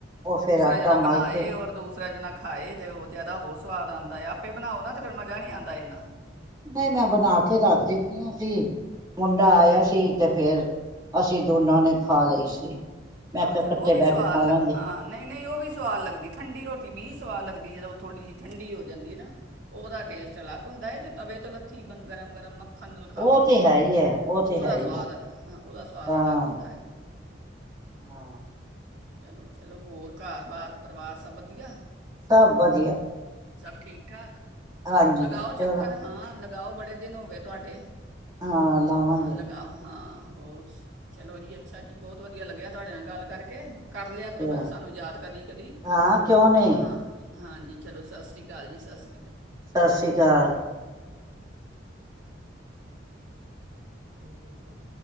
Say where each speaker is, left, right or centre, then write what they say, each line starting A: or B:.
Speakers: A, on the right; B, on the right.
A: ਉਹ ਫੇਰ
B: ਔ ਦੂਸਰਾ
A: ਆਟਾ
B: ਜਣਾ
A: ਮਲ
B: ਬਣਾਏ
A: ਕੇ
B: ਔਰ ਦੁ ਦੂਸਰਾ ਜਨਾ ਖਾਏ ਤੇ ਔ ਜੈਦਾ ਹੋਰ ਸਵਾਦ ਆਂਦਾ ਏ ਆਪੇ ਬਨਾਓ ਨਾ ਤੇ ਫੇਰ ਮਜ਼ਾ ਨੀ ਆਂਦਾ ਏਨਾ।
A: ਬਈ ਮੈਂ ਬਣਾ ਕੇ ਰੱਖ ਦਿੱਤੀਆਂ ਸੀ ਮੁੰਡਾ ਆਇਆ ਸੀ ਤੇ ਫੇਰ ਅਸੀਂ ਦੋਨਾਂ ਨੇ ਖਾ ਲਈ ਸੀ। ਮੈਂ
B: ਹਾਂ,
A: ਕਿਹਾ
B: ਚਲ
A: ਇਕੱਠੇ
B: ਓਹ ਵੀ
A: ਬਹਿ
B: ਸਵਾਦ
A: ਕੇ ਖਾ
B: ਲਗ
A: ਲਾਂਗੇ
B: ਹਾਂ ਨਹੀਂ ਨਹੀਂ ਓਹ ਵੀ ਸਵਾਦ ਲਗਦੀ ਠੰਢੀ ਰੋਟੀ ਵੀ ਸਵਾਦ ਲਗਦੀ ਜਦੋਂ ਥੋੜ੍ਹੀ ਜੀ ਠੰਢੀ ਹੋ ਜਾਂਦੀ ਏ ਨਾ ਔਦਾ ਟੇਸਟ ਅਲੱਗ ਹੁੰਦਾ ਹੈ, ਜੇ ਤਵੇ ਤੋਂ ਲੱਥੀ ਗਰਮ ਗਰਮ ਮ ਖੰਨਲ ਖਾਓ
A: ਉਹ ਤੇ ਹੈ ਹੀ ਹੈ ਉਹ ਤੇ
B: ਔਦਾ
A: ਹੈ ਹੀ
B: ਸੁਆਦ
A: ਹੈ
B: ਔਦਾ ਸੁਆਦ
A: ਹਾਂ।
B: ਅਲੱਗ ਹੁੰਦਾ ਏ।
A: ਹਾਂ।
B: ਚਲੋ- ਚਲੋ ਹੋਰ ਘਰ- ਬਾਰ ਪਰਿਵਾਰ ਸਭ ਵਧੀਆ।
A: ਸਭ ਵਧੀਆ।
B: ਸਬ ਠੀਕ- ਠਾਕ।
A: ਹਾਂਜੀ
B: ਲਗਾਓ
A: ਚਲੋ
B: ਚੱਕਰ ਹਾਂ ਲ ਗਾਓ ਬੜੇ ਦਿਨ ਹੋ ਗੇ ਤੁਹਾਡੇ।
A: ਹਾਂ ਲਾਵਾਂਗੇ।
B: ਹਾਂ ਲਗਾਓ ਹਾਂ ਹੋਰ ਚਲੋ ਜੀ, ਅੱਛਾ ਜੀ ਬੌਤ ਵਧ ਵਧੀਆ ਲੱਗਿਆ ਤੁਹਾਡੇ ਨਾਲ ਗੱਲ ਕਰਕੇ। ਕਰ ਲਿਆ
A: ਅੱਛਾ
B: ਕਰੋ ਮੈਂ ਸਾਨੂੰ ਯਾਦ ਕਦੀ-ਕਦੀ,
A: ਹਾਂ ਕਿਉਂ ਨਹੀਂ
B: ਹਾਂ। ਹਾਂਜੀ ਚਲੋ, ਸਸ ਰੀ ਕਾਲ ਜੀ ਸਸ਼
A: ਸਸ ਰੀ ਕਾਲ।
B: ਇਨ ਕਰੋ ਕੋਈ